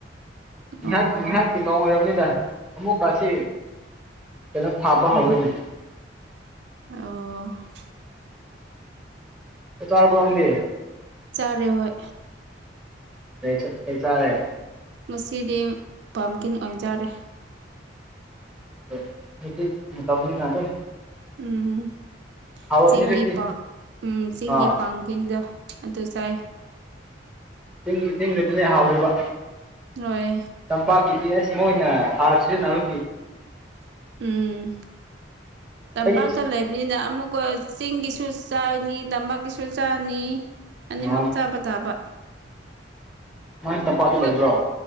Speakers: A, in the centre; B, on the right (about 65°).
A: ꯉꯥꯏꯍꯥꯛꯀꯤ
B: ꯑꯣ
A: ꯉꯥꯏꯍꯥꯛꯀꯤ ꯃꯑꯣꯡ ꯑꯣꯏꯔꯕꯅꯤꯗ ꯑꯃꯨꯛꯀꯁꯤ ꯀꯩꯅꯣ ꯊꯥꯕ ꯍꯧꯔꯅꯤ
B: ꯎꯝ ꯑꯣ
A: ꯇꯣ ꯀꯝꯗꯤ
B: ꯆꯥꯔꯦ ꯍꯣꯏ
A: ꯍꯩ ꯆ ꯍ ꯆꯥꯔꯦ
B: ꯉꯁꯤꯗꯤ ꯄꯝꯀꯤꯟ ꯑꯣꯟꯖꯔꯦ
A: ꯎ ꯍꯧꯖꯤ ꯃꯇꯝꯝꯅꯤꯅ ꯑꯗꯨꯝ
B: ꯎꯝ
A: ꯍꯥꯎꯔꯕꯅꯤ
B: ꯆꯤꯡꯒꯤ
A: ꯍꯧꯖꯤꯛꯇꯤ
B: ꯄ ꯎꯝ ꯆꯤꯡꯒꯤ
A: ꯑꯥ
B: ꯄꯥꯡꯒꯤꯡꯗ ꯑꯗꯨ ꯆꯥꯏ
A: ꯤꯡ ꯇꯤꯡꯒꯗꯨꯅꯦ ꯍꯥꯎꯋꯦꯕ
B: ꯍꯣꯏ
A: ꯇꯝꯄꯥꯛꯀꯤꯗꯤ ꯑꯁ ꯃꯣꯏꯅ ꯍꯥꯔ ꯁꯤ ꯅꯨꯦ
B: ꯎꯝ ꯇꯝꯄꯥꯛꯇ
A: ꯑꯩꯗꯤ
B: ꯂꯩꯕꯅꯤꯅ ꯑꯃꯨꯛꯀ ꯆꯤꯡꯒꯤꯁꯨ ꯆꯥꯏꯅꯤ ꯇꯝꯄꯥꯛꯀꯤꯁꯨ ꯆꯥꯅꯤ ꯑꯅꯤꯃꯛ
A: ꯑꯣ
B: ꯆꯥꯕ ꯇꯥꯕ
A: ꯃꯣꯏ ꯇꯝꯄꯥꯛꯇ
B: ꯑꯩꯈꯣꯏ
A: ꯂꯩꯕ꯭ꯔꯣ